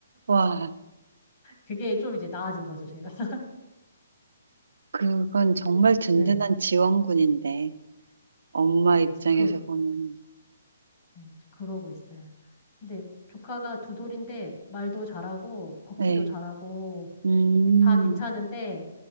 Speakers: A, on the right; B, on the left.
A: 와,
B: 그게 좀 이제 나아진 거죠 제가 <laughs>
A: 그건 정말
B: 근데,
A: 든든한
B: 응.
A: 지원군인데, 엄마
B: 어, 예,
A: 입장에서
B: 지금 그,
A: 보면,
B: 예, 지금 그러고 있어요. 근데 조카가 두 돌인데 말도 잘하고 걷기도
A: 예.
B: 잘하고
A: 음,
B: 다 괜찮은데